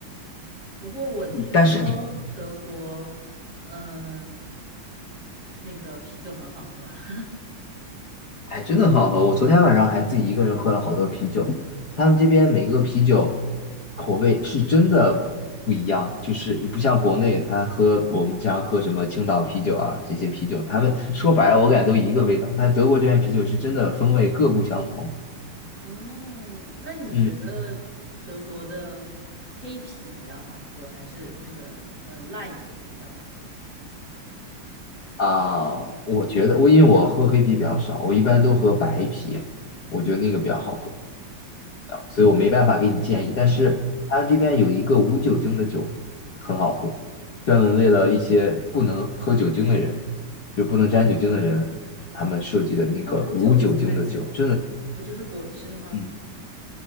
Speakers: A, on the right; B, on the left.
A: 不过我听说德国，
B: 但是你
A: 嗯、那个啤酒很好喝啊。<laughs>
B: 哎，真的很好喝。我昨天晚上还自己一个人喝了好多啤酒，他们这边每个啤酒口味是真的不一样，就是你不像国内，他喝我们经常喝什么青岛啤酒啊这些啤酒，他们说白了我感觉都一个味道，但德国这边啤酒是真的风味各不相同。
A: 哦，那你觉得德国的黑啤比较好喝，
B: 嗯
A: 还是那个呃 light 比较好喝？
B: 啊、我觉得我因为我喝黑啤比较少，我一般都喝白啤，我觉得那个比较好喝
A: 嗯
B: 的，所以我没办法给你建议。
A: 嗯，
B: 但是他这边有一个无酒精的酒，很好喝，专门为了一些不能喝酒精的人，就不能沾酒精的人，他们设计的那个无酒精的酒，
A: 那无酒精的酒
B: 真的
A: 不就是果汁吗？
B: 嗯，